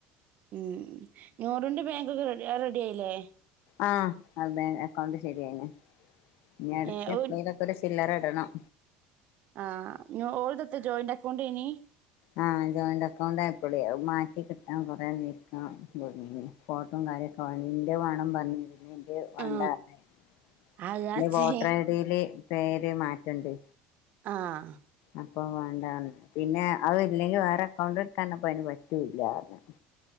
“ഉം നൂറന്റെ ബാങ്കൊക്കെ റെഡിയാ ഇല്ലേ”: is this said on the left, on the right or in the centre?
Right